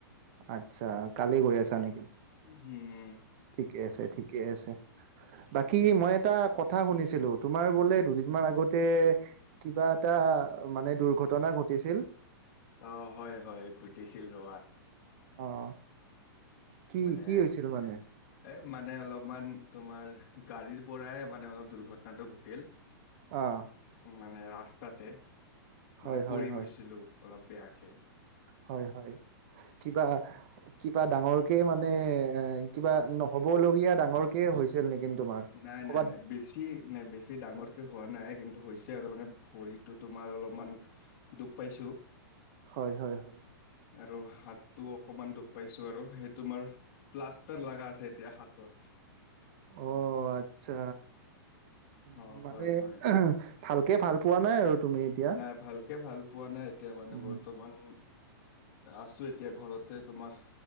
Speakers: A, on the right (about 30°); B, on the left (about 30°).
A: আচ্ছা, কালি গৈ আছা নেকি?
B: উম, হুম।
A: ঠিকে আছে, ঠিকে আছে। বাকী মই এটা কথা শুনিছিলোঁ তোমাৰ বোলে দুদিনমান আগতে। কিবা এটা মানে দুৰ্ঘটনা ঘটিছিল।
B: অ', হয়, হয় ঘটিছিল ৰবা।
A: অ'। কি
B: মানে
A: কি হৈছিল মানে
B: এ, মানে অলপমান তোমাৰ গাড়ীৰ পৰাই মানে অলপ দুৰ্ঘটনাটো ঘটিল।
A: অ'।
B: মানে ৰাস্তাতে
A: হয়
B: মানে
A: হয়
B: পৰি
A: হয়
B: গৈছিলোঁ অলপ বেয়াকে।
A: হয়, হয় কিবা, কিবা ডাঙৰকে মানে এ, কিবা নহ'বলগীয়া ডাঙৰ কে হৈছিল নেকি তোমাৰ?
B: নাই,
A: ক'বাত
B: নাই, নাই, বেছি। নে বেছি ডাঙৰকে হোৱা নাই, কিন্তু হৈছে আৰু মানে ভৰিটো তোমাৰ অলপমান। দুখ পাইছোঁ।
A: হয়, হয়, হয়।
B: আৰু হাতটো অকমান দুখ পাইছোঁ আৰু সেইতোমাৰ প্লাষ্টাৰ লাগা আছে এতিয়া হাতত।
A: অ', আচ্ছা, উম,
B: অ
A: মানে
B: হয় হয়
A: ভালকে ভাল পোৱা নাই আৰু তুমি। এতিয়া
B: নাই ভালকে ভাল পোৱা নাই, এতিয়া মানে
A: উম
B: বৰ্তমান আছোঁ এতিয়া ঘৰতে। তোমাৰ